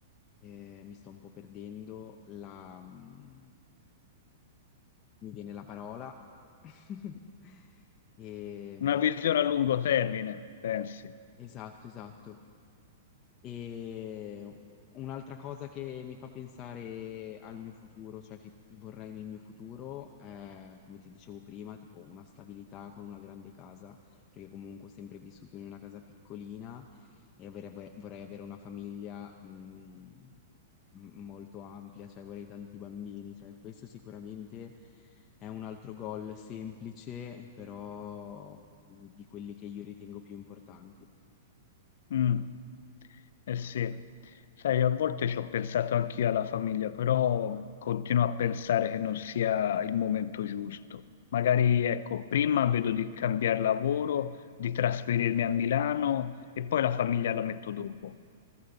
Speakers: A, on the left; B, on the left.
A: eh, mi sto un po' perdendo, la, mh, mi viene la parola. <laughs> Ehm,
B: Una visione a lungo termine, pensi.
A: esatto, esatto. E un'altra cosa che mi fa pensare al mio futuro, cioè che vorrei nel mio futuro, è, come ti dicevo prima, tipo una stabilità con una grande casa, perché comunque ho sempre vissuto in una casa piccolina e avere- vorrei avere una famiglia, mh, m- molto ampia, cioè vorrei tanti bambini, cioè questo sicuramente è un altro goal semplice, però di quelli che io ritengo più importanti.
B: Mm. Eh sì, sai, a volte ci ho pensato anch'io alla famiglia, però continuo a pensare che non sia il momento giusto. Magari, ecco, prima vedo di cambiare lavoro, di trasferirmi a Milano e poi la famiglia la metto dopo.